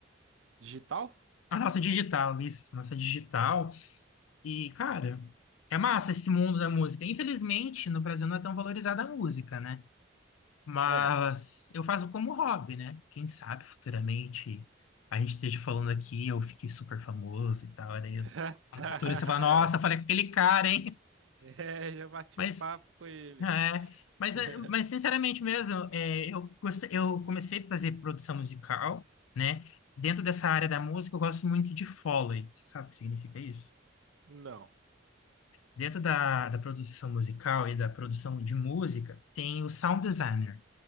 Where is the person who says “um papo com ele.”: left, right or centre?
Right